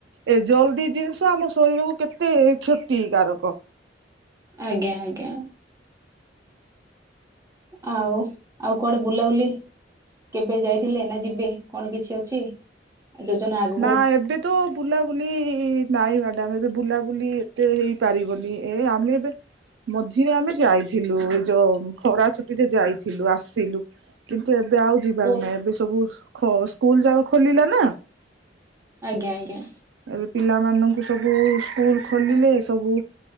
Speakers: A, on the right; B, on the right.
A: ଏ ଜଲଦି ଜିନିଷ ଆମ ଶରୀରକୁ କେତେ କ୍ଷତିକାରକ।
B: ଆଜ୍ଞା ଆଜ୍ଞା। ଆଉ ଆଉ କୁଆଡେ ବୁଲାବୁଲି କେବେ ଯାଇଥିଲେ ନା ଯିବେ କଣ କିଛି ଅଛି? ଯୋଜନା ଆଗକୁ
A: ନା ଏବେ ତ ବୁଲାବୁଲି ନାଇଁ ମ୍ୟାଡ଼ାମ। ଏବେ ବୁଲାବୁଲି ଏତେ ହେଇପାରିବନି। ଏ ଆମେ ଏବେ, ମଝିରେ ଆମେ ଯାଇଥିଲୁ। ଯୋଉ ଖରା ଛୁଟିରେ ଯାଇଥିଲୁ ଆସିଲୁ। କିନ୍ତୁ ଏବେ ଆଉ ଯିବାର
B: ଓ
A: ନାହିଁ। ଏବେ ସବୁ ଖ ସ୍କୁଲ ଯାକ ଖୋଲିଲା ନା।
B: ଆଜ୍ଞା ଆଜ୍ଞା।
A: ଏବେ ପିଲାମାନଙ୍କୁ ସବୁ ସ୍କୁଲ ଖୋଲିଲେ ସବୁ